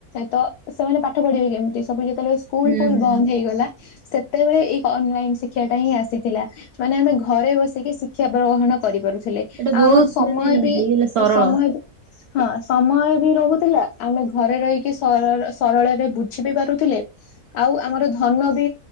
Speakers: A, on the left; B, on the right.
A: ତ ସେମାନେ ପାଠ ପଢିବେ କେମିତି ସବୁ ଯେତେବେଳେ ସ ସ୍କୁଲ
B: ହୁଁ
A: ଫୁଲ
B: ହୁଁ
A: ବନ୍ଦ ହେଇଗଲା। ସେତେବେଳେ ଏଇ ଅନଲାଇନ ଶିକ୍ଷା ଟା ହିଁ ଆସିଥିଲା ମାନେ ଆମେ ଘରେ ବସିକି ଶି କ୍ଷା ଗ୍ରହଣ କରିପାରୁଥିଲେ
B: ଏଟା
A: ଆଉ
B: ବହୁତ
A: ଆମର ସମୟ
B: ମାନେ
A: ବି
B: ହେଇଗଲା ସରଳ
A: ସମୟ ହଁ ସମୟ ବି ରହୁଥିଲା ଆମେ ଘରେ ରହିକି ସଳ ସରଳରେ ବୁଝି ବି ପାରୁଥିଲେ। ଆଉ ଆମର ଧନ ବି